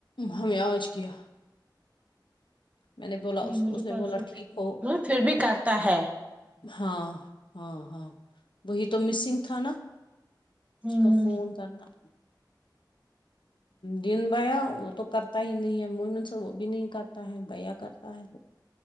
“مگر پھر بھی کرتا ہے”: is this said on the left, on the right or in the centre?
Right